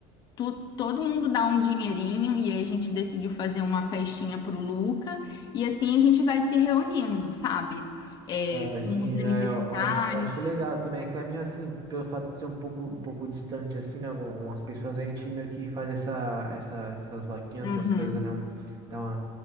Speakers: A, on the left (about 35°); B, on the right (about 35°).
A: Tu- todo mundo dá um dinheirinho e aí a gente decidiu fazer uma festinha pro Luca e assim a gente vai se reunindo, sabe? É,
B: é, sim,
A: com os
B: é,
A: aniversários.
B: eu eu acho, eu acho legal também, é que a minha, assim, pelo fato de ser um pouco, um pouco distante, assim, né, algum- algumas pessoas, a gente meio que faz essa, essa, essas vaquinhas,
A: Uhum.
B: essas coisas, né, um, dá uma,